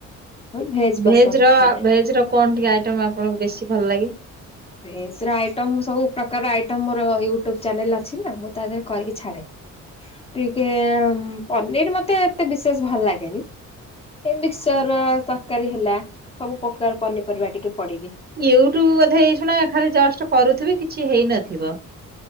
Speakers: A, on the left; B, on the right.
A: ମୋର ପସନ୍ଦ
B: ଭେଜ ର
A: ଖାଏ।
B: ଭେଜ ର କଣ ଟିକେ ଆ ଆପଣଙ୍କୁ ବେଶୀ ଭଲ ଲାଗେ।
A: ଭେଜ ଆଇଟ ସବୁ ପ୍ରକାର ଆଇଟ ମୋର ୟୁଟ୍ୟୁବ ଚାନେଲ ଅଛି ନା। ତଦ କରକ ଛଡ଼େ ଟିକେ ପନିର ମତେ ଏତେ ବିଶେଷ ଭଲ ଲାଗେନି ଏ ମିକ୍ସଚର ତରକାରୀ ହେଲା ସବୁ ପ୍ରକାର ପନିପରିବା ଟିକେ ପଡକି
B: ୟୁଟ୍ୟୁବ ହେଇ ଶୁଣା ଏା ଜଷ୍ଟ କରୁଥିବେ କିଛି ହେଇନଥିବ।